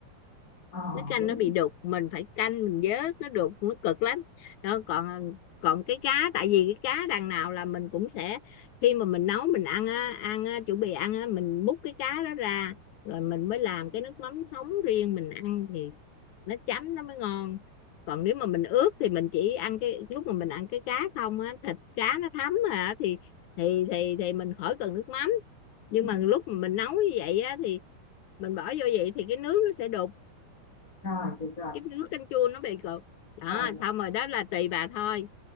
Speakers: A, on the left (about 20°); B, on the left (about 75°).
A: Ờ
B: nước canh
A: đúng
B: nó
A: rồi.
B: bị đục mình phải canh mình vớt nó đục nó cực lắm đó, còn còn cái cá tại vì cái cá đằng nào là mình cũng sẽ khi mà mình nấu mình ăn á, ăn á, chuẩn bị ăn á, mình múc cái cá đó ra rồi mình mới làm cái nước mắm sống riêng mình ăn thì nó chấm nó mới ngon còn nếu mà mình ướp thì mình chỉ ăn cái lúc mà mình ăn cái cá không á thịt cá nó thấm à thì thì thì thì mình khỏi cần nước mắm nhưng
A: Ừ.
B: mà lúc mà mình nấu như vậy á thì mình bỏ vô vậy thì cái nước nó sẽ đục
A: Rồi được rồi.
B: cái nước canh chua nó bị cục đó
A: Rồi
B: xong rồi đó là tùy bà thôi